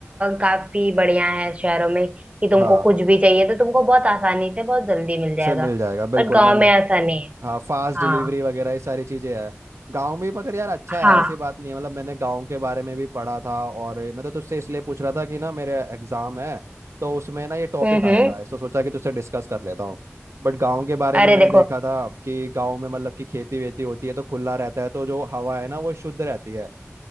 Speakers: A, on the right (about 30°); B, on the right (about 80°).
A: काफी बढ़िया है शहरों में कि तुमको
B: हाँ
A: कुछ भी चाहिए तो तुमको बहुत आसानी से बहुत जल्दी मिल जाएगा
B: से मिल जाएगा बिल्कुल
A: बट गांव
B: मतलब
A: में ऐसा नहीं है
B: हाँ फास्ट
A: हाँ
B: डिलीवरी वगैरह ये सारी चीजें है गांव में मगर यार अच्छा
A: हाँ
B: है ऐसी बात नहीं है मतलब मैंने गांव के बारे में भी पढ़ा था और मैं तो तुझसे इसलिए पूछ रहा था कि ना मेरे एग्जाम है तो उसमें ना ये टॉपिक
A: हम्म
B: आएगा
A: हम्म
B: तो सोचा कि तुझसे डिस्कस कर लेता हूँ बट गांव के बारे
A: अरे
B: में मैंने
A: देखो
B: देखा था कि गांव में मतलब कि खेती वेती होती है तो खुला रहता है तो जो हवा है ना वो शुद्ध रहती है